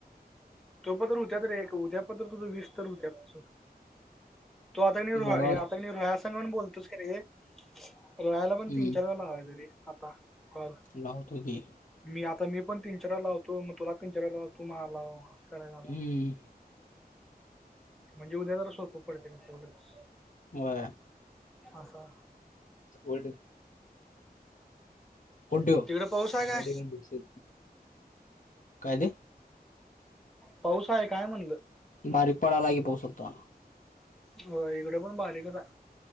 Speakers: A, in the centre; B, on the left.
A: तो पतूर हुत्यात रे तु उद्या पतूर तुझ वीस तर होत्यात सोड. तू आता कणी
B: नाही
A: रो
B: बघा
A: हे आता कानी रोह्या संग बोलतोस कणी रोह्या ला पण
B: हम्म
A: तीन चार वेळा लावायचं रे आता कॉल.
B: लावतो की
A: मी आता मी पण तीन चार वेळा लावतो मग तुला तीन चार वेळा लाव तू मला लाव अस करायचं
B: हम्म
A: आत्ता. म्हणजे उद्या जरा सोपं पडत तेवढंच.
B: व्हय.
A: आसा.
B: वड. कुठं ठेवू
A: तिकडे पाऊस
B: चांगल्या
A: आहे काय?
B: ठिकाणी ठेवशील. काय ते?
A: पाऊस आहे काय म्हणलं?
B: बारीक पडालय की पाऊस आत्ता.
A: व्हय इकड पण बारीक च हाय.